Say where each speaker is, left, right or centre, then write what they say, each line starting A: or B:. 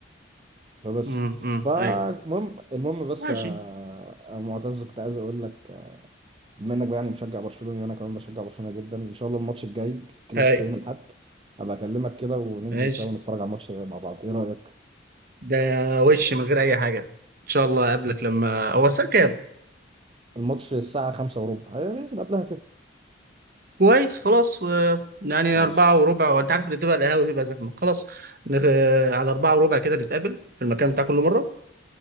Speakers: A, on the right; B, on the right.
A: فبس
B: امم امم
A: فالمهم
B: اي
A: المهم بس
B: ماشي
A: آه، يا معتز كنت عايز اقول لك آه، بما انك بقى يعني مشجع برشلوني وانا كمان بشجع برشلونه جدا ان شاء الله الماتش الجاي في الكلاسيكو
B: اي
A: يوم الاحد هبقى اكلمك كده وننزل
B: ماشي
A: سوا نتفرج على الماتش مع بعض ايه رايك
B: ده وش من غير اي حاجه ان شاء الله اقابلك لما هو الساعه كام
A: الماتش الساعه 5 وربع هننزل قبلها كده
B: كويس خلاص آه، يعني
A: خلاص
B: أربعة وربع وأنت عارف اللي تبقى القهاوي بيبقى زحمة خلاص نخ- آه، على أربعة وربع كده نتقابل في المكان بتاع كل مرة